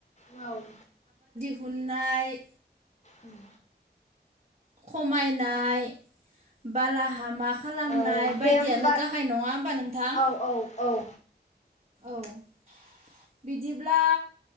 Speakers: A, on the left; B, on the right.
A: औ
B: हुननाय
A: उम
B: खमायनाय बालाहामा खालामनाय
A: ओ दे
B: बायदियानो
A: होमबा
B: गाहाय नङा होमबा नोंथां।
A: औ औ औ
B: औ। बिदिब्ला